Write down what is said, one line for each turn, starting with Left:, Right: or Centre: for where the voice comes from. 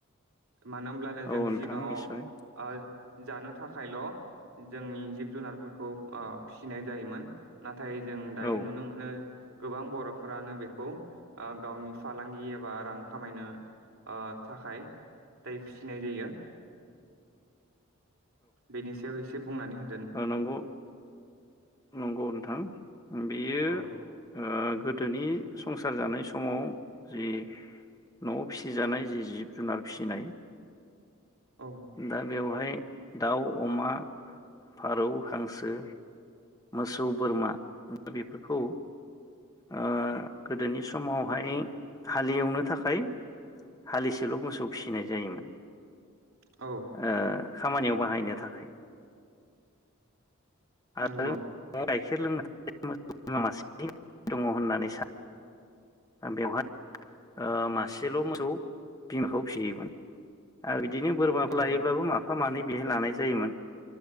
Right: मानो होनब्लानो
Left: औ
Right: जों
Left: नोंथां
Right: सिगाङाव
Left: निस्सय
Right: जानो थाखायल जोंनि जिब जुनारफोरखौ ओ फिनाय जायोमोन नाथाय नाथाय जों दायो
Left: औ
Right: नुनो मोनो। गोबां बर'फोरानो बेखौ खौ ओ गावनि फालांगि एबा रां खामायनो ओ थाखाय दाय फिसिनाय जायो। बेनि सायाव एसे बुंनानै हो
Left: ओ नंगौ नंगौ नोंथां बेयो
Right: औ
Left: ओ गोदोनि संसार जानाय समाव जि नआव फिसिजानाय जि जिब जुनार फिसिनाय।
Right: औ
Left: दा बेवहाय दाउ अमा । फारौ हांसो। मोसौ बोरमा बेफोरखौ ओ गोदोनि समावहाय हालेवनो थाखाय हालिसेल मोसौ फिसिनाय जायोमोन।
Right: औ
Left: ओ खामानियाव बाहायनो थाखाय। <unintelligible>
Right: नंगौ
Left: गाइखेर लोंनो थाखाय मोसौ बिमा मासे दङ होननानै सानो बेवहाय ओ मासेल मोसौ बिमाखौ फिसियोमोन आरो बि बिदिनो बोरमाखौ
Right: औ
Left: लायोब्लाबो मा फानानै बेहाय लानाय जायोमोन